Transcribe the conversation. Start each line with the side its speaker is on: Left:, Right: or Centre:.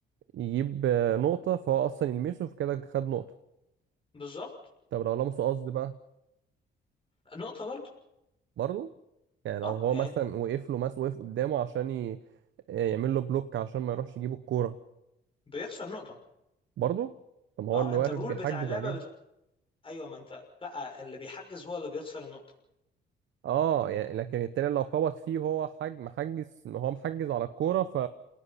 Right: يجيب آه، نقطه فهو اصلا يلمسه فكده خد نقطه
Left: بالظبط
Right: طب لو لمسه قصد بقى
Left: والنقطه برضو
Right: برضه يعني لو
Left: اه
Right: هو
Left: يعني
Right: مثلا وقف له مثلا وقف قدامه عشان ي... آه، يعمل له بلوك عشان ما يروحش يجيب الكوره
Left: بيخسر نقطه
Right: برضه طب ما هو
Left: اه
Right: اللي
Left: انت
Right: واقف
Left: الرول
Right: بيحجز
Left: بتاع اللعبه
Right: عليه
Left: بت... ايوه ما انت لا اللي بيحجز هو اللي بيخسر النقطه
Right: اه يعني لكن التاني لو خبط فيه هو حج محجز هو محجز على الكورة ف